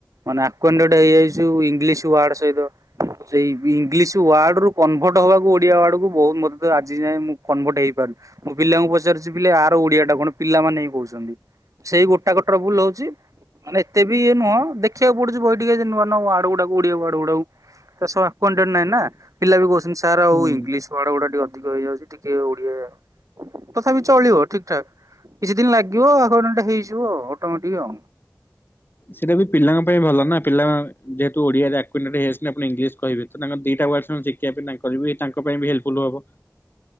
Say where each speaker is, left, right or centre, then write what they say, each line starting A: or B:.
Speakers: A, on the right (about 85°); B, on the left (about 40°).
A: ମାନେ ଆୱଣ୍ଡେଡ଼ ହେଇଯାଇଛି ଇଂଲିସ୍ ୱାର୍ଡ଼ ସହିତ। ସେଇ ଇଂଲିସ୍ ୱାର୍ଡ ରୁ କନଭର୍ଟ ହବାକୁ ଓଡିଆ ୱାର୍ଡ କୁ ବହୁତ ମତେ ଆଜି ଯାଏଁ ମୁଁ କନଭର୍ଟ ହେଇପାରୁନି। ମୁଁ ପିଲାଙ୍କୁ ପଚାରୁଛି ପିଲେ ଆର ଓଡିଆ ଟା କଣ ପିଲାମାନେ ହିଁ କହୁଛନ୍ତି। ସେଇ ଗୋଟା କ ଟ୍ରୋବୁଲ ହଉଛି। ମାନେ ଏତେ ଏଇ ନୁହଁ ଦେଖିବାକୁ ପଡଛି ବହି ଟିକେ ନ ଆ ଗୁଡାକୁ ଓଡିଆଡ଼ ଗୁଡାକୁ <inaudible> ନହିଁ ନା, ପିଲା ବି କହୁଚନ୍ତି ସାର୍ ଆଉ
B: ହୁଁ
A: ଇଂଲିଶ୍ ୱାଡେ ଗୁଡ଼ା ଟିକେ ଅଧିକ ହେଇଯାଉଚି, ଟିକେ ଓଡ଼ିଆ ତଥାପି ଚଳିବ ଠିକ୍ ଠାକ୍ କିଛି ଦିନ୍ ଲାଗିବ <unintelligible> ହେଇଯିବ ଆଉ, ଅଟୋମେଟିକ୍ ଆଉ।
B: ସେଇଟା ବି ପିଲାଙ୍କ ପାଇଁ ଭଲ ନା, ପିଲା ଯେହେତୁ ଓଡିଆରେ <unintelligible> ହୋଇଯାଉଚନ୍ତି ଆଉ ପୁଣି ଇଂଲିଶ୍ କହିବେ ତ <unintelligible> ଦିଟା ୱାର୍ଡସ୍ ମିଳୁଚି କି? <unintelligible> ତାଙ୍କର ବି ତାଙ୍କ ପାଇଁ ବି ହେଲ୍ପଫୁଲ୍ ହବ।